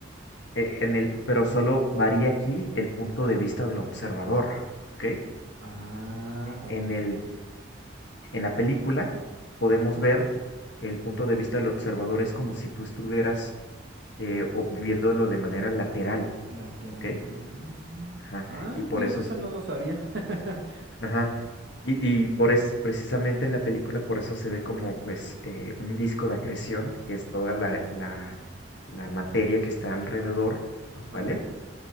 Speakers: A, on the left; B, on the right.
A: eh, en el, pero solo varía aquí el punto de vista del observador, ¿ok? Eh,
B: Ah, ok.
A: En el, en la película podemos
B: Ajá.
A: ver el punto de vista del observador es como si tú estuvieras eh, o- viéndolo de manera lateral,
B: Lateral.
A: ¿ok?
B: Ah,
A: Ajá,
B: Ah,
A: y por
B: fíjate,
A: eso,
B: esa
A: es-
B: no lo sabía. <laughs>
A: ajá, y, y por es, precisamente en la película por eso se ve como pues eh, un disco de acreción, que es toda la, la, la materia que está alrededor,
B: Ajá.
A: ¿vale?